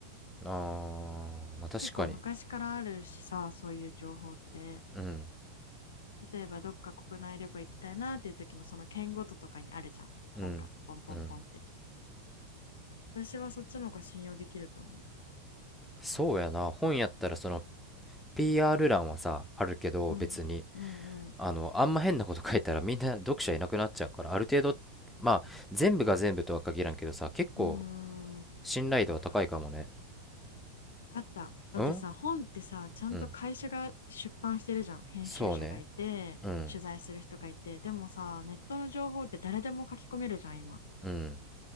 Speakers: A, in the centre; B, on the left (about 65°).
A: あーまあ確かに
B: 結構昔からあるしさ、そういう情報って。
A: うん
B: 例えば、どっか国内旅行行きたいなっていう時も、その県ごととかにあるじゃん。本が。
A: うんうん
B: ポンポンポンって。私はそっちの方が信用できると思
A: そうやな本やったらその PR 欄はさあるけど別に
B: う。うん。うんうん。
A: あのあんま変なこと書いたらみんな読者いなくなっちゃうからある程度まあ全部が全部とは限らんけどさ結構
B: うーん。
A: 信頼度は高いかもね
B: あ、分かった。だってさ、
A: うん
B: 本ってさ、ちゃんと会社が出版してるじゃん。
A: うん
B: 編集者がいて、
A: そうねうん
B: 取材する人がいて。でもさ、ネットの情報って誰でも書き込めるじゃん、今。
A: うん